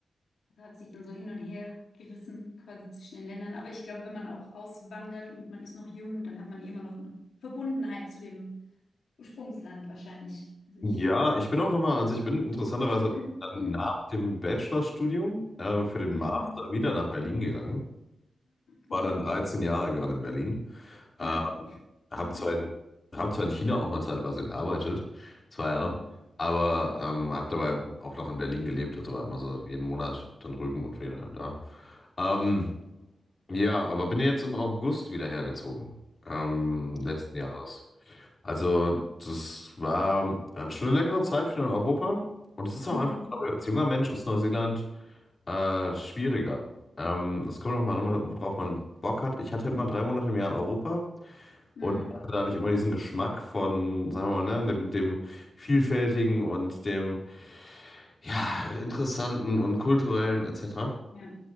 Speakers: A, on the left; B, on the left.
A: Das hat sich dann so hin und her gerissen, quasi zwischen den Ländern. Aber ich glaube, wenn man auch auswandert und man ist noch jung, dann hat man eh immer noch eine Verbundenheit zu dem Ursprungsland wahrscheinlich. Also
B: Ja,
A: ich.
B: ich bin auch nochmal, also ich bin interessanterweise
A: Mhm.
B: dann nach dem Bachelorstudium äh, für den
A: Mhm.
B: Master wieder nach Berlin gegangen. War
A: Ja.
B: dann 13 Jahre gerade in Berlin. Äh,
A: Ja, okay.
B: hab
A: <laughs>
B: zwar in, hab zwar in China auch mal zeitweise gearbeitet, zwei Jahre,
A: Mhm.
B: aber ähm, hab dabei auch noch in Berlin gelebt, also war immer so jeden Monat dann drüben und wieder da. Ähm, ja, aber bin jetzt im August wieder hergezogen, ähm, letzten Jahres. Also, das war äh, schon eine längere Zeit wieder in Europa. Und es ist auch
A: Mhm.
B: einfach, ich glaube, als junger Mensch ist Neuseeland äh, schwieriger. Ähm, es kommt nochmal an, worauf man Bock hat. Ich hatte immer drei Monate im Jahr in Europa
A: Mhm.
B: und hatte dadurch immer diesen Geschmack von, sagen wir mal, ne, dem, dem Vielfältigen und dem, ja, Interessanten und Kulturellen etc.
A: Ja.